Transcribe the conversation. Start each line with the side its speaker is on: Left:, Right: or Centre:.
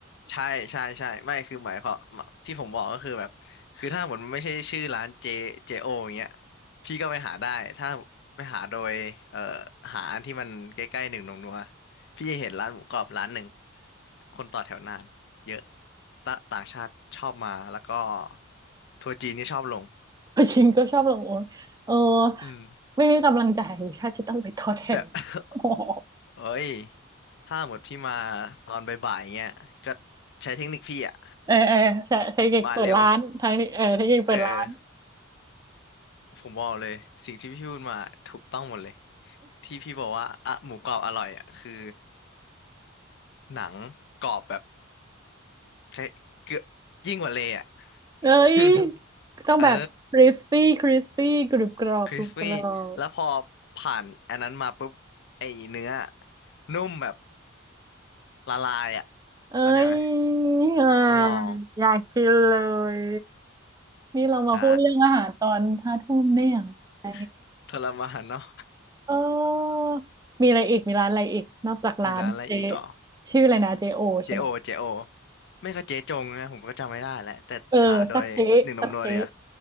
Left: ใช่ใช่ใช่ไม่คือหมายความที่ผมบอกก็คือแบบคือถ้าหมดมันไม่ใช่ชื่อร้านเจเจโออย่างเงี้ยพี่ก็ไปหาได้ถ้าไปหาโดยเอ่อหาอันที่มันใกล้ๆหนึ่งหนงนัวพี่จะเห็นร้านหมูกรอบร้านหนึ่งคนต่อแถวนานเยอะตะต่างชาติชอบมาแล้วก็ทัวร์จีนก็ชอบลง
Right: <laughs> ชิงก็ชอบลงโอ๊ตเออ
Left: อืม
Right: ไม่มีกำลังใจถ้าจะต้องไปทอดแทน
Left: แบบ
Right: <laughs> โอ้โห
Left: <laughs> เอ้ยถ้าหมดพี่มาตอนบ่ายๆอย่างเงี้ยก็ใช้เทคนิคพี่อะ
Right: เออเออใช่เทคนิคเปิดร้านทางนี้เออเทคนิคเปิดร้าน
Left: มาเร็วเออ ผมบอกเลยสิ่งที่พี่พูดมาถูกต้องหมดเลยที่พี่บอกว่าอะหมูกรอบอร่อยอ่ะคือหนังกรอบแบบใช้เกือบยิ่งกว่าเลยอ่ะ
Right: เอ้ย
Left: <laughs>
Right: ต้องแบบ
Left: เออ
Right: crispy crispy กรุบกรอบกรุบกรอบ
Left: คริสปี้แล้วพอผ่านอันนั้นมาปุ๊บไอ้เนื้อนุ่มแบบละลายอ่ะ
Right: เอ้ย
Left: เข้าใจไหม
Right: ยอ่า
Left: ต้องลอง
Right: อยากกินเลยนี่เรามาพูดเรื่องอาหารตอนห้าทุ่มได้อย่างไร
Left: ใช่ <laughs> ทรมานเนาะ
Right: เออ มีอะไรอีกมีร้านอะไรอีก นอกจากร้านเจ
Left: <laughs> มีร้านอะไรอีกเหรอ
Right: ชื่ออะไรนะเจโอใช่ไหม
Left: เจโอเจโอไม่ก็เจ๊จงนะผมก็จำไม่ได้แล้วแต่หาโดยหนึ่งหนมนัวเดีย
Right: เออสักเจสักเจ